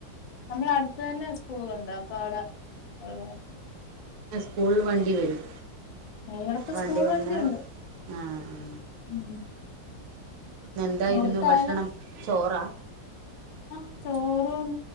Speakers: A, on the left; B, on the right.
A: നമ്മെളടുത്ത് തന്നെ സ്കൂളുണ്ട് അപ്പവ്ടെ പോവും
B: സ്കൂള് വണ്ടി വെരും.
A: ഇവർക്ക്
B: വണ്ടി
A: സ്കൂൾ
B: വന്നാൽ
A: വണ്ടിയുണ്ട്
B: ആഹാ
A: ഉം
B: ഇന്നെന്തായിരുന്നു
A: ഇവിടുത്തായാലും
B: ഭക്ഷണം ചോറാ?
A: ആഹ് ചോറും